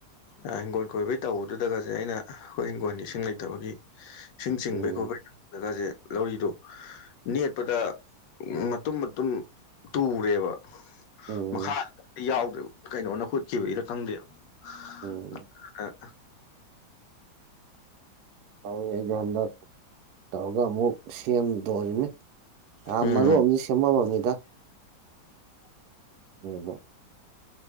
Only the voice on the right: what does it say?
ꯎꯝ
ꯎꯝ
ꯎꯝ ꯇꯧꯋꯤ ꯑꯩꯩꯅ ꯍꯟꯗꯛ ꯇꯧꯔꯒ ꯑꯃꯨꯛ ꯁꯦꯝꯗꯣꯜꯂꯤꯅꯤ ꯑ
ꯃꯔꯨ ꯑꯃꯁ ꯁꯦꯝꯃꯝꯃꯝꯃꯤꯗ ꯌꯦꯕꯨ